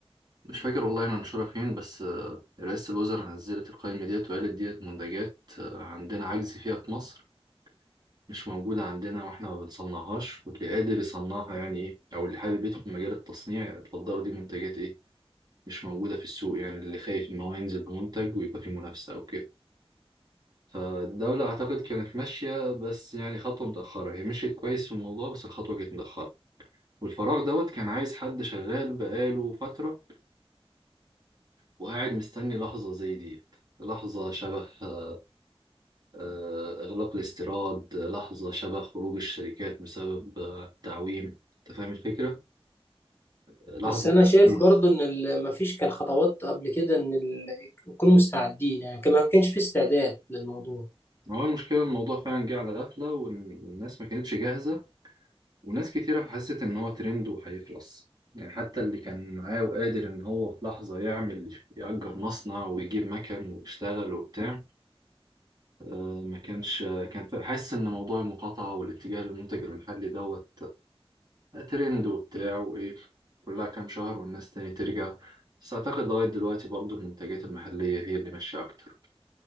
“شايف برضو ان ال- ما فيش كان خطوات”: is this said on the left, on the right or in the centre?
Left